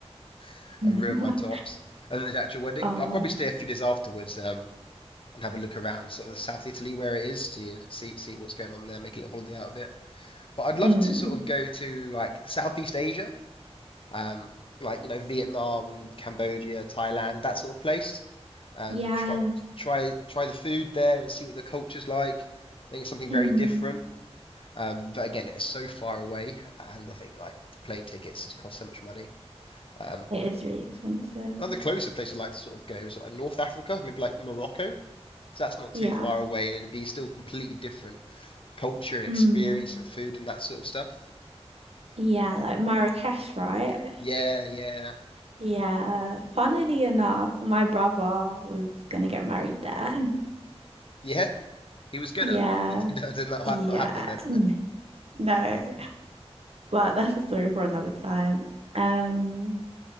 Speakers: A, on the left (about 55°); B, on the right (about 65°).
A: <laughs>
B: <laughs>
A: and ruin my tops. And then the actual wedding.
B: Oh.
A: But I'll probably stay a few days afterwards, um, and have a look around sort of South Italy where it is to see see what's going on there, make a little holiday out of it. But I'd love
B: Mm.
A: to sort of go to like Southeast Asia, um, like you know, Vietnam, Cambodia, Thailand, that sort of place. And
B: Yes.
A: try try try the food there and see what the culture's like. I think it's something
B: Mm.
A: very different. Um, but again, it's so far away, and I think like plane tickets just cost so much money. Um,
B: It is really expensive.
A: Another closer place I'd like to sort of go is sort of like North Africa, maybe like Morocco, because that's not too
B: Yeah.
A: far away and it'd be still completely different culture and
B: Mm.
A: experience and food and that sort of stuff.
B: Yeah, like Marrakesh, right?
A: Yeah, yeah,
B: Yeah. Funnily enough, my brother was gonna get married there. <laughs>
A: yeah. He was gonna.
B: Yeah.
A: <laughs> It did did not, ha-
B: Yeah.
A: not happen then.
B: Mm.
A: <laughs>
B: No, but that's a story for another time. Um,